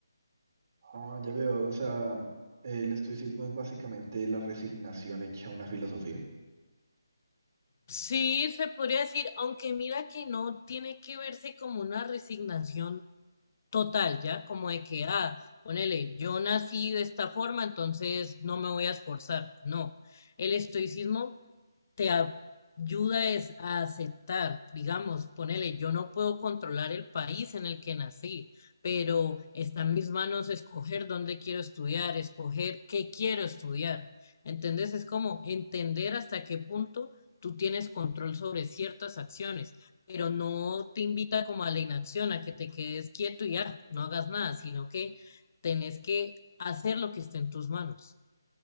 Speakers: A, on the right; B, on the left.
A: Ah, ya veo, o sea, el estoicismo es básicamente la resignación hecha una filosofía.
B: Sí, se podría decir, aunque mira que no tiene que verse como una resignación total, ¿ya? Como de que, ah, ponele, yo nací de esta forma, entonces no me voy a esforzar. No, el estoicismo te ayuda es a aceptar, digamos, ponele, yo no puedo controlar el país en el que nací, pero está en mis manos escoger dónde quiero estudiar, escoger qué quiero estudiar. ¿Entendés? Es como entender hasta qué punto tú tienes control sobre ciertas acciones, pero no te invita como a la inacción, a que te quedes quieto y ya, no hagas nada, sino que tenés que hacer lo que esté en tus manos.